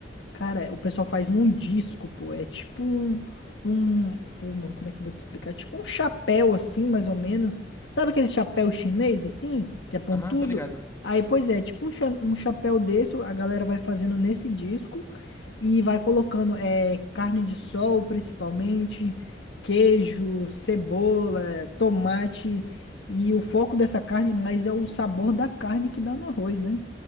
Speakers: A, on the left (about 75°); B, on the left (about 15°).
A: Cara, o pessoal faz num disco, pô. É tipo um, um. Pô, mano, como é que eu vou te explicar? É Tipo um chapéu, assim, mais ou menos. Sabe aquele chapéu chinês, assim? Que é pontudo?
B: Aham, tô ligado.
A: Aí, pois é, tipo um, cha- um chapéu desse, a galera vai fazendo nesse disco e vai colocando é, carne de sol, principalmente, queijo, cebola, tomate. E o foco dessa carne mais é o sabor da carne que dá no arroz, né?